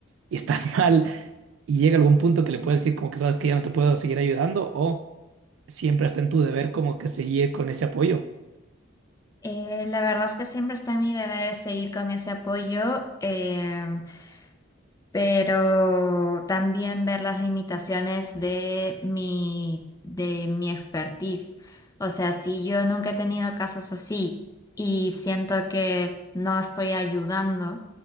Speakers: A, on the right (about 70°); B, on the left (about 15°).
A: y estás <laughs> mal. Y llega algún punto que le puedes decir como que sabes que ya no te puedo seguir ayudando o siempre está en tu deber como que seguir con ese apoyo.
B: Eh, la verdad es que siempre está en mi deber seguir con ese apoyo. em, pero también ver las limitaciones de mi, de mi expertise. O sea, si yo nunca he tenido casos así y siento que no estoy ayudando,